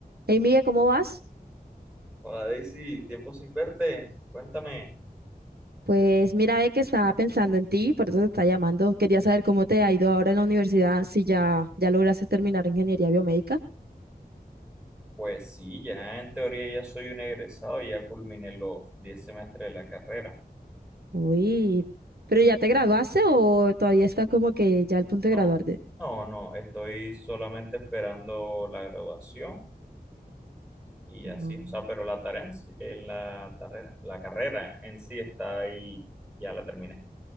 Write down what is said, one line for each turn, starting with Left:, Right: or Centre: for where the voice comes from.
Right: Hey Miguel, ¿cómo vas?
Centre: Hola Daisy, tiempo sin verte, cuéntame.
Right: Pues mira, ve que estaba pensando en ti, por eso te está llamando. Quería saber cómo te ha ido ahora en la universidad, si ya, ya lograste terminar ingeniería biomédica.
Centre: Pues sí, ya en teoría ya soy un egresado, ya culminé los 10 semestres de la carrera.
Right: Uy, ¿pero ya te graduaste o todavía está como que ya al punto de
Centre: No,
Right: graduarte?
Centre: no, no, estoy solamente esperando la graduación y
Right: Ujú.
Centre: así, o sea, pero la tarea en, sí- en la carrera, la carrera en sí está ahí, ya la terminé.